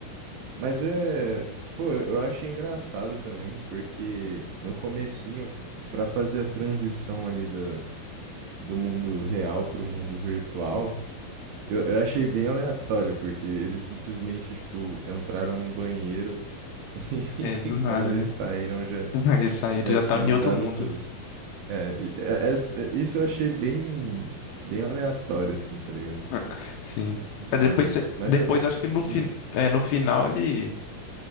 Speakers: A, on the right; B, on the left.
A: Mas é, pô, eu eu achei engraçado também, porque no comecinho, pra fazer a transição ali do, do mundo real pro mundo virtual, eu, eu achei bem aleatório, porque eles simplesmente, tipo, entraram num banheiro <laughs>
B: É, do
A: e quando
B: nada,
A: eles
B: né?
A: saíram já,
B: <laughs> Esse aí ele
A: já
B: já
A: tinha
B: tava em
A: mudado
B: outro mundo.
A: tudo. É, e- é- é- é- isso eu achei bem, bem aleatório, assim, tá ligado?
B: <laughs> Sim. É, depois,
A: Mas,
B: cê-
A: mas
B: depois
A: também não.
B: acho que no, fin...
A: hum.
B: é, no final ele.